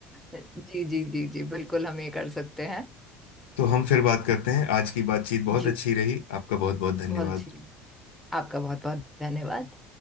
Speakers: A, in the centre; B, on the left.
A: जी जी जी जी बिल्कुल हम ये कर सकते हैं
B: तो हम फिर बात करते हैं आज की बातचीत बहुत
A: जी
B: अच्छी रही आपका बहुत बहुत धन्यवाद
A: बहुत अच्छी लगी आपका बहुत बहुत धन्यवाद